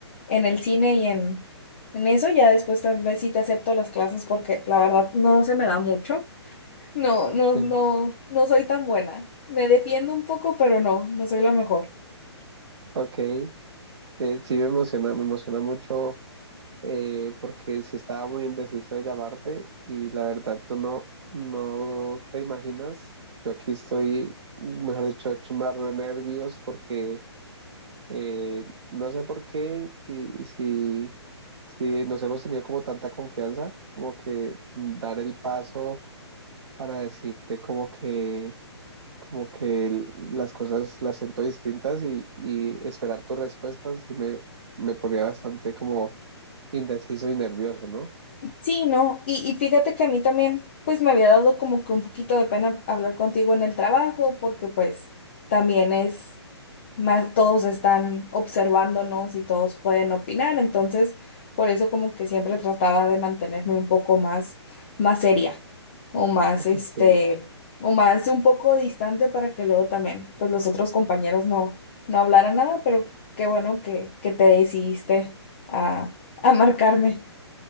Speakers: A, on the left (about 25°); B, on the right (about 80°).
A: en el cine y en, en eso, ya después tal vez sí te acepto las clases porque la verdad no se me da mucho. No, no,
B: Em,
A: no, no soy tan buena. Me defiendo un poco, pero no, no soy la mejor.
B: Ok, eh, sí me emociona, me emociona mucho eh, porque sí estaba muy indeciso de llamarte y la verdad tú no, no te imaginas, yo aquí estoy, mejor dicho, hecho un mar de nervios porque Eh, no sé por qué, si, si, si nos hemos tenido como tanta confianza, como que dar el paso para decirte como que, como que l- las cosas las siento distintas y, y esperar tus respuestas y me, me ponía bastante como indeciso y nervioso, ¿no?
A: Sí, no, y, y fíjate que a mí también, pues me había dado como que un poquito de pena hablar contigo en el trabajo, porque pues también es más, todos están observándonos y todos pueden opinar, entonces por eso como que siempre trataba de mantenerme un poco más, más seria o más,
B: <laughs>
A: este,
B: Sí.
A: o más un poco distante para que luego también, pues los otros compañeros no, no hablaran nada, pero qué bueno que, que te decidiste a, a marcarme.